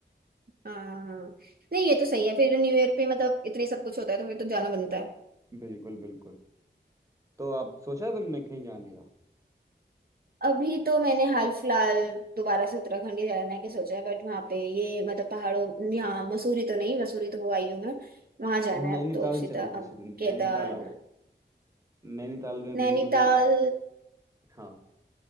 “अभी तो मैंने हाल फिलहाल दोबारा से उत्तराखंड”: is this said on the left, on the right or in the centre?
Right